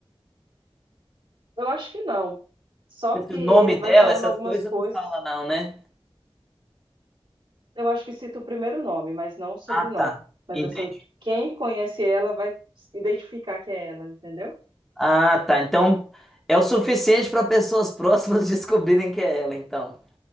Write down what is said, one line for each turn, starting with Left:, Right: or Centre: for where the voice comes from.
Right: Eu acho que não. Só
Centre: Porque
Right: que
Centre: O
Right: ele
Centre: nome
Right: vai
Centre: dela,
Right: falando
Centre: essas
Right: algumas
Centre: coisas
Right: coisas
Centre: não fala não, né?
Right: Eu acho que cito o primeiro nome, mas não o sobrenome.
Centre: Ah, tá.
Right: Mas
Centre: Entendi.
Right: assim, quem conhece ela vai identificar que é ela, entendeu?
Centre: Ah, tá. Então é o suficiente para pessoas próximas <laughs> descobrirem que é ela, então.